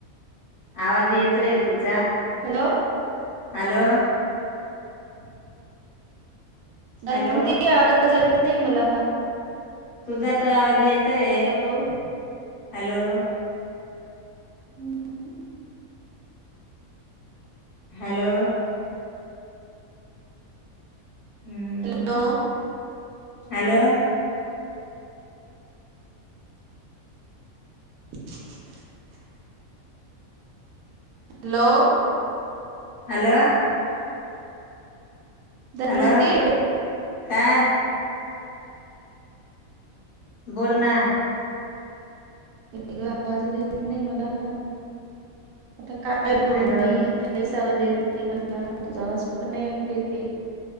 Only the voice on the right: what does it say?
हॅलो.
<inaudible> धनवती
आवाज तुझं येत नाही. नाही मला
हॅलो
<unintelligible>
hello,
<inaudible> hello,
Dhanwanti?
इकडे आवाजच येत नाही मला. आता काय काय बोलू
मी? काहीच अवाज येत नाही. आणि मला तुझा आवाज पण नाही ऐकू येत ये.